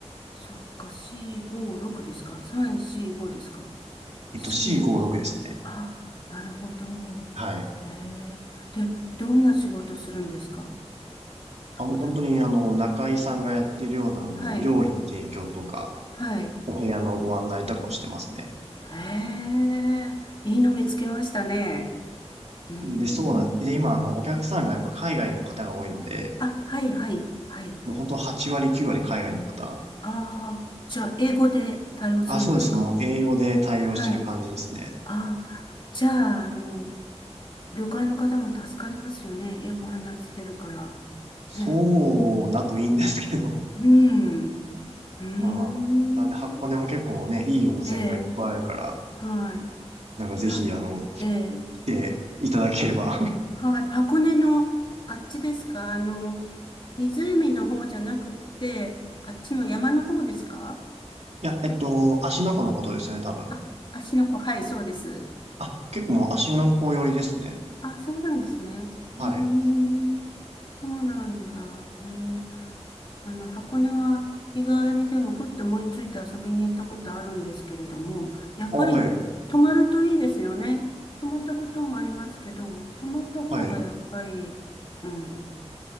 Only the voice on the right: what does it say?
えっと、C56
ですね。
はい。
あ、もう本当にあの、中井さんがやってるようなあの、
料理の提供とか、
お部屋のご案内とかをしてますね。
で、そうなん、で、今あの、お客さんがやっぱ海外の方が多いので、
もう本当8割、9割海外の方。
あ、そうです。もう英語で対応してる感じですね。
そうだといいんですけど。
<laughs>
まあ、なんで箱根も結構ね、いい温泉がいっぱいあるから、
なんかぜひあの、
来
ていただければ。<laughs>
いや、えっと、芦ノ湖のことですよね、多分。
あ、結構もう芦ノ湖寄りですね。
はい。
あ、はい、
はい。う